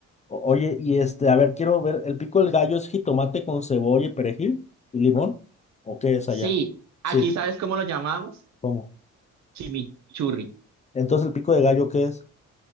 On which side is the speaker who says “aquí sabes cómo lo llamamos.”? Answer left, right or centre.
Right